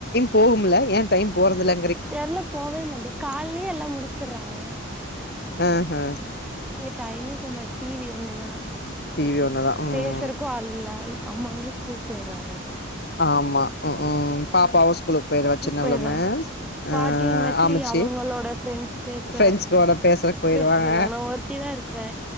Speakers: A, on the left (about 50°); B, in the centre.
A: போகுமுல்ல ஏ டைம் போறதில்ல
B: தெர்ல போவே மாட்டிங்கு காலலயே எல்லா முடிச்சர்றாங்க
A: ஆ ஹ
B: இங்க டைமே போ மாட் டி வி ஒண்ணுதா
A: டிவி ஒண்ணுதா ம்
B: பேசறக்கு ஆள் இல்ல அம்மாங்களு ஸ்கூல் போயறாங்க
A: ஆமா ம் ம் பாப்பாவு ஸ்கூலுக்கு போயிருவா சின்னவளுமு
B: போயிர்றா
A: அ
B: பாட்டியு எங்காச்சி
A: அம்மச்சி
B: அவங்களோட ஃப்ரெண்ட்ஸ் பேச
A: ஃப்ரெண்ட்ஸ்கோட பேசறக்கு போயிருவாங்க
B: பேச நா ஒருத்திதா இருப்பே